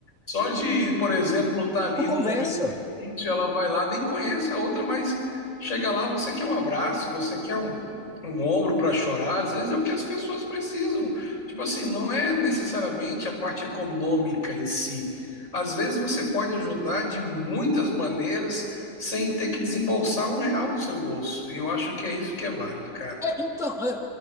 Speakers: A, on the left (about 65°); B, in the centre.
A: só de, por exemplo, estar ali
B: uma conversa.
A: num momento difícil, ela vai lá, nem conhece a outra, mas chega lá, você quer um abraço, você quer um, um ombro para chorar. Às vezes é o que as pessoas precisam. Tipo assim, não é necessariamente a parte econômica em si. Às vezes você pode ajudar de muitas maneiras sem ter que desembolsar um real do seu bolso. E eu acho que é isso que é válido, cara.
B: É, então, é,